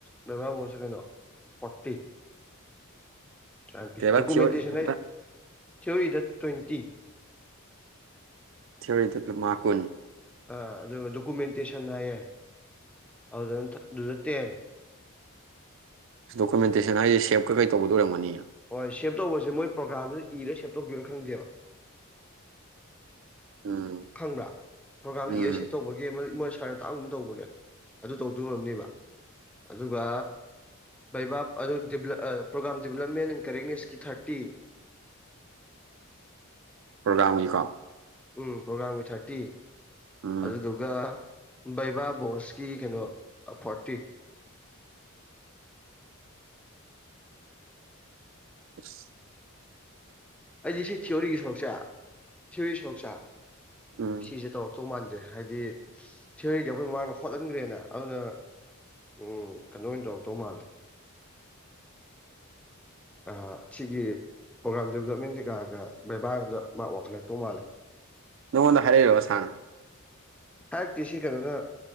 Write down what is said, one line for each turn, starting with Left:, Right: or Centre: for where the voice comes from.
Centre: ꯄꯣꯁ <unintelligible> ꯀꯩꯅꯣ ꯐꯣꯔꯇꯤ <unintelligible>
Right: ꯀꯩꯕꯥ
Centre: ꯗꯣꯀꯨꯃꯦꯟꯇꯦꯁꯟ
Right: ꯊꯤꯑꯣꯔꯤ ꯍꯟꯗꯛ
Centre: ꯍꯥꯏ ꯊꯤꯑꯣꯔꯤ ꯗ ꯇ꯭ꯋꯦꯟꯇꯤ
Right: ꯊꯤꯌꯣꯔꯤꯗ ꯃꯥ ꯀꯨꯟ
Centre: ꯑꯥ ꯑꯗꯨꯒ ꯗꯣꯀꯨꯃꯦꯟꯇꯦꯁꯟ ꯍꯥꯏꯌꯦ ꯑꯗꯨꯗꯅ ꯑꯗꯨꯗ ꯇꯦꯟ
Right: ꯗꯣꯀꯨꯃꯦꯟꯇꯦꯁꯟ ꯍꯥꯏꯗꯤ ꯁꯦꯞꯀ ꯀꯩ ꯇꯧꯕꯗꯨ ꯑꯣꯏꯔꯝꯒꯥꯅꯤꯌꯦ
Centre: ꯍꯣꯏ ꯁꯦꯞ ꯇꯧꯕꯁꯦ ꯃꯣꯏ ꯄ꯭ꯔꯣꯒꯥꯥꯝꯗ ꯏꯔ ꯁꯦꯞ ꯇꯧꯗꯣꯏꯔꯥ ꯈꯪꯗꯦꯕ
Right: ꯎꯝ
Centre: ꯈꯪꯕ꯭ꯔꯥ ꯄ꯭ꯔꯣꯒꯥꯝ ꯏꯌꯔꯁꯦꯞ
Right: ꯎꯝ
Centre: ꯇꯧꯕꯒꯤ ꯑꯃ ꯏꯃꯣꯏ ꯁꯔꯅ ꯇꯥꯛꯑꯥꯝꯒꯨꯝ ꯇꯧꯕꯅꯦ ꯑꯗꯨ ꯇꯧꯗꯣ ꯑꯣꯏꯔꯝꯅꯦꯕ ꯑꯗꯨꯒ ꯕꯩꯕꯥ ꯑꯗꯨ <unintelligible> ꯄ꯭ꯔꯣꯒꯥꯝ ꯗꯤꯕꯂꯞꯃꯦꯟ ꯑꯦꯟ ꯀꯔꯦꯛꯅꯦꯁꯀꯤ ꯊꯥꯔꯇꯤ
Right: ꯄ꯭ꯔꯣꯒꯥꯝꯒꯤꯀꯣ
Centre: ꯎꯝ ꯄ꯭ꯔꯣꯒꯥꯝ ꯒꯤ ꯊꯥꯔꯇꯤ
Right: ꯎꯝ
Centre: ꯑꯗꯨꯗꯨꯒ ꯕꯩꯕꯥ ꯕꯣꯁꯀꯤ ꯀꯩꯅꯣ ꯐꯣꯔꯇꯤ
Right: ꯑꯁ
Centre: ꯑꯩꯗꯤ ꯁꯤ ꯊꯤꯑꯣꯔꯤꯒꯤ ꯁꯔꯨꯛꯁꯦ ꯊꯤꯑꯣꯔꯤ ꯁꯔꯨꯁꯦ
Right: ꯎꯝ
Centre: ꯁꯤꯁꯦ ꯇꯧꯔꯛ ꯇꯧ ꯃꯥꯟꯗꯦ ꯍꯥꯏꯗꯤ ꯊꯤꯑꯣꯔꯤꯗꯤ ꯑꯩꯈꯣꯏ ꯃꯥꯡꯗ ꯍꯣꯠꯍꯟꯒ꯭ꯔꯦꯅ ꯑꯗꯨꯅ ꯎꯝ ꯀꯩꯅꯣ ꯑꯣꯏꯅ ꯇꯧꯔ ꯇꯧ ꯃꯥꯂꯦ ꯑꯥ ꯁꯤꯒꯤ ꯄ꯭ꯔꯣꯒꯥ꯭ꯔꯥꯝ ꯗꯦꯕꯂꯞꯃꯦꯟꯁꯦ ꯀꯥꯒ ꯕꯦꯕꯥꯒꯗ ꯃꯥꯛ ꯋꯥꯈꯜ ꯈꯛꯇꯧ ꯃꯥꯜꯂꯦ
Right: ꯅꯉꯣꯟꯗ ꯍꯥꯏꯔꯛꯔꯕ ꯁꯥꯅ
Centre: ꯍꯥꯏꯔꯥꯛꯇꯦ ꯁꯤ ꯀꯩꯅꯣꯅ